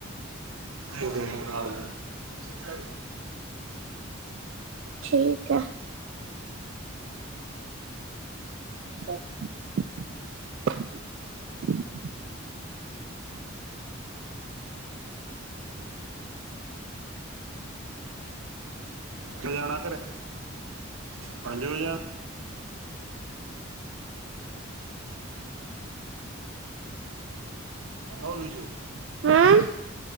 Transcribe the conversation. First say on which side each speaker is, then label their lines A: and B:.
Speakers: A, on the right; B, on the right.
A: ਕੁੜੀਆਂ ਕਾਲੀਆਂ, ਅੱਛਾ-ਅੱਛਾ।
B: ਠੀਕ ਐ। <inaudible>
A: ਕੈ ਵਜੇ ਆਣਾ ਘਰੇ ਪੰਜ ਵਜੇ ਆਣ ਹੋ ਵਿਛੂ
B: ਹੂੰ